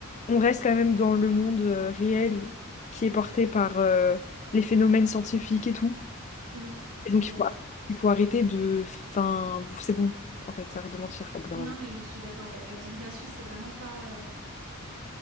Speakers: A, on the left; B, on the right.
A: on reste quand même dans le monde euh, réel qui est porté par euh, les phénomènes scientifiques et tout.
B: Oui,
A: Et
B: je
A: donc,
B: suis d'accord.
A: il faut, il faut arrêter de. Enfin, c'est bon, en fait, arrête de mentir au bout d'un
B: Non,
A: moment.
B: mais je suis d'accord, ouais. La divination, c'est vraiment pas. euh,